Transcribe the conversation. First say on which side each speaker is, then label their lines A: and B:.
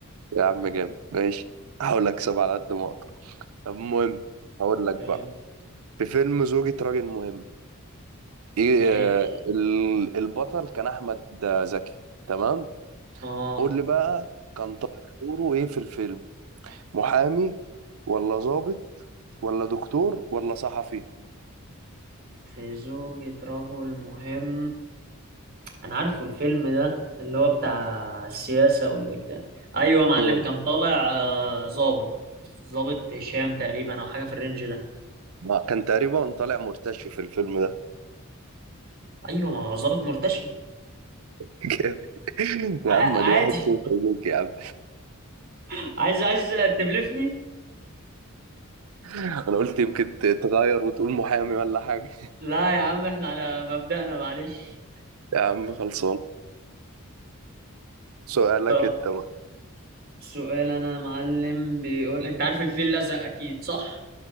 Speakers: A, on the right; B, on the right.
A: يا عم جامد ماشي هحاول اكسب على قد ما اقدر طب المهم هقول لك بقى
B: آه،
A: في فيلم زوجة راجل مهم ايه
B: ماشي
A: آه، ال- البطل كان احمد زكي تمام
B: اه
A: قول لي بقى كان طالع دوره ايه في الفيلم محامي ولا ضابط ولا دكتور ولا صحفي
B: في زوجة رجل مهم أنا عارفه الفيلم ده اللي هو بتاع السياسة والاجتماع أيوة يا معلم
A: مم.
B: كان طالع آه، ظابط ظابط هشام تقريبا أو حاجة في الرينج ده
A: آه، كان تقريبا طالع مرتشي في الفيلم ده
B: أيوة ما هو ظابط مرتشي
A: <laughs> جامد. يا
B: ع-
A: عم
B: عادي
A: دي واحد صفر ليك يا عم
B: <laughs> عايز عايز تبلفني
A: انا قلت يمكن ت- تغير وتقول محامي ولا حاجة
B: لا يا عم احنا على مبدأنا معلش
A: يا عم خلصان سؤالك
B: طب
A: انت بقى
B: سؤال أنا يا معلم بيقول أنت عارف الفيل الأزرق أكيد صح؟